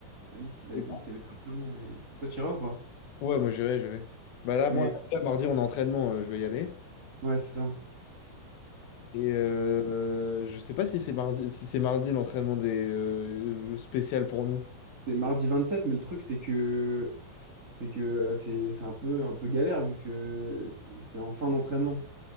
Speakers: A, on the right; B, on the left.
A: Alix, il
B: C'est
A: a dit
B: quand
A: qu'il y avait des entraînements, mais toi, tu iras ou pas?
B: Ouais, moi j'irai, j'irai. Bah là,
A: Mais
B: moi, là, mardi, on a entraînement, euh, je vais y aller.
A: ouais, c'est ça.
B: Et euh, je sais pas si c'est mardi, si c'est mardi l'entraînement des euh, spécial pour nous.
A: C'est mardi vingt sept mais le truc, c'est que c'est que euh, c'est c'est un peu, un peu galère vu que c'est en fin d'entraînement.